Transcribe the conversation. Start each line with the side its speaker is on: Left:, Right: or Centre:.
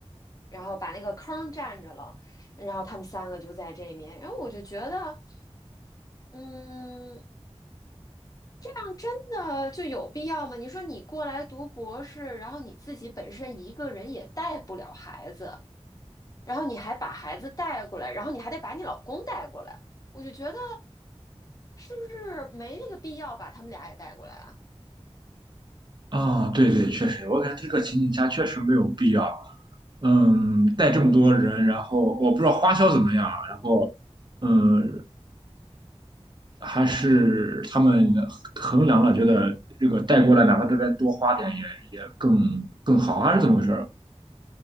Left: 然后把那个坑占着了，然后他们三个就在这面，然后我就觉得，嗯，这样真的就有必要吗？你说你过来读博士，然后你自己本身一个人也带不了孩子。然后你还把孩子带过来，然后你还得把你老公带过来，我就觉得是不是没那个必要把他们俩也带过来啊？
Right: 啊、对对，确实，我感觉这个情景下确实没有必要。嗯，带这么多人，然后我不知道花销怎么样，然后，嗯，还是他们衡量了，觉得这个带过来，哪怕这边多花点也也更更好，还是怎么回事儿